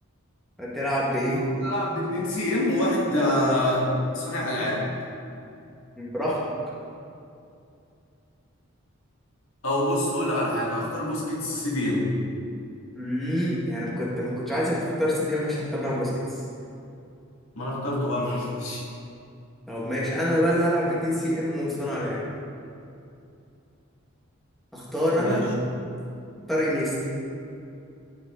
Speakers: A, in the centre; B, on the left.
A: هتلعب بايه؟
B: بفكر العب باتنين سي ام وواحد ده صانع العاب
A: براحتك
B: او بص هقول لك على حاجه هختار بوسكيتس سي دي ام
A: امم يعني كنت ما كنتش عايزك تختار سي دي ام عشان اختار لها بوسكيتس
B: ما انا اخترته بقى معلش
A: طب ماشي انا بقى اللي هلعب باتنين سي ام وصانع لعب اختار انا
B: ماشي
A: اختار انيستا